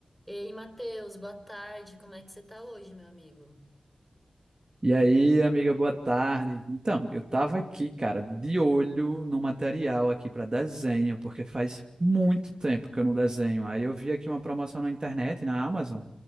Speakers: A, in the centre; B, on the right.
A: E aí, Matheus, boa tarde. Como é que você tá hoje, meu amigo?
B: E aí, amiga, boa tarde. Então, eu tava aqui, cara, de olho no material aqui para desenho, porque faz muito tempo que eu não desenho. Aí eu vi aqui uma promoção na internet, na Amazon,